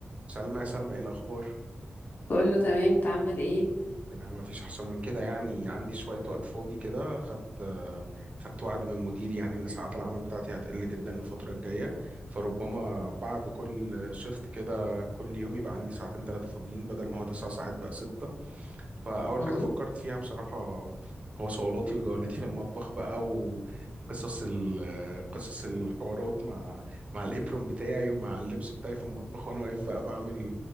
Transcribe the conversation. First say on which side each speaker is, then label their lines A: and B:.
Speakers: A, on the right; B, on the left.
A: سلمى يا سلمى ايه الاخبار
B: بقول له تمام انت عامل ايه
A: انا ما فيش احسن من كده يعني عندي شويه وقت فاضي كده خدت آه، خدت وعد من مديري يعني ان ساعات العمل بتاعتي هتقل جدا الفتره الجايه فربما بعد كل شيفت كده كل يوم يبقى عندي ساعتين ثلاثه فاضيين بدل ما هو تسع ساعات بقى سته فأول
B: مم.
A: حاجة فكرت فيها بصراحة هو صولاتي وجولاتي في المطبخ بقى وقصص ال- قصص الحوارات مع مع الإبرون بتاعي ومع اللبس بتاعي في المطبخ وأنا واقف بقى بعمل